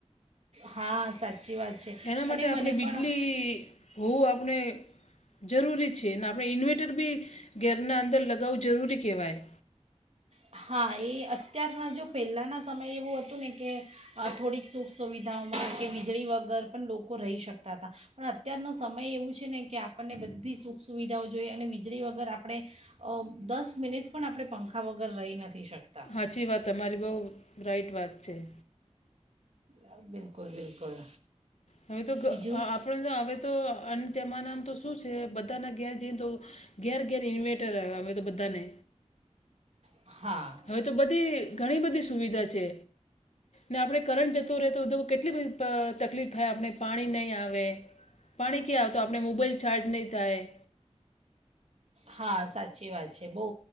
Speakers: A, on the right (about 60°); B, on the left (about 65°).
A: હા, સાચી વાત. છે
B: એના માટે
A: અરે મને
B: આપણે બિજલી
A: પણ
B: હોવું આપણે. જરૂરી છે, તો આપણે ઇન્વેટર બી ઘેરના અંદર લગાવવું જરૂરી કહેવાય.
A: હા, એ અત્યારના જો પહેલાના સમયે એવું હતું ને કે, અ થોડીક્સ સુખ સુવિધાઓમાં કે વીજળી વગર પણ લોકો રહી શકતા હતા. પણ અત્યારનો સમય એવું છે ને, કે આપણને બધી સુખ સુવિધાઓ જોઈએ અને વીજળી વગર આપડે. અ દસ મિનિટ પણ આપણે પંખા વગર રહી નથી શકતા.
B: હાચી વાત તમારી બહુ રાઈટ વાત છે.
A: આ બિલકુલ, બિલકુલ.
B: હવે તો ગ
A: બીજું
B: આપણે હવે તો અન જમાનામાં તો શું છે, બધાના ઘેર જઈએ તો. ઘેર-ઘેર ઇન્વેર્ટર આવ્યા અવે તો બધાને.
A: હા
B: હવે તો બધી ઘણી બધી સુવિધા છે. ને આપડે કરંટ જતું રહેતો, કેટલી બધી ત તકલીફ થાય, આપણે પાણી નહીં આવે પાણી ક્યાં આવતો, આપણે મોબાઈલ ચાર્જ નહીં થાય.
A: હા સાચી વાત છે. બઉ